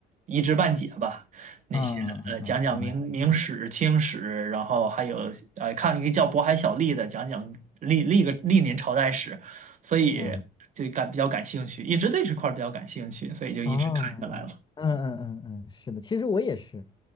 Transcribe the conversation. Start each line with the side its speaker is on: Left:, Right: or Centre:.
Right: 一知半解吧，那些呃讲讲明明史、
Left: 嗯嗯嗯嗯嗯
Right: 清史，然后还有呃看一个叫渤海小吏的讲讲历历个历年朝代史，所以就感比较感兴趣，
Left: 嗯。
Right: 一直对这块儿比较感兴趣，所以就一直看下来了。
Left: 啊，嗯嗯嗯嗯，是的，其实我也是，